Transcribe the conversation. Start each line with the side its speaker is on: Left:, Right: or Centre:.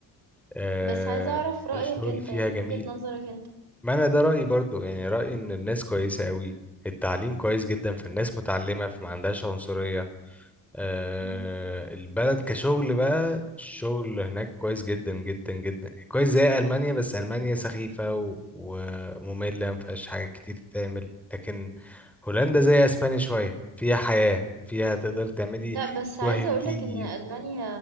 Centre: آه
Right: بس عايزة أعرف رأيك
Centre: الشغل
Right: أنت،
Centre: فيها
Right: يعني
Centre: جميل
Right: وجهة نظرك أنت.
Centre: ما أنا ده رأيي برضو يعني رأيي إن الناس
Right: إمم.
Centre: كويسة أوي التعليم كويس جدا فالناس متعلمة فما عندهاش عنصرية آه،
Right: إمم.
Centre: البلد كشغل بقى الشغل هناك كويس جدا جدا جدا كويس زي ألمانيا بس ألمانيا سخيفة و- ومملة ما فيهاش حاجة كتير تتعمل لكن هولندا زي أسبانيا شوية فيها حياة فيها تقدر تعملي
Right: لأ، بس
Centre: تروحي
Right: عايزة
Centre: وتيجي
Right: أقول لك إن ألمانيا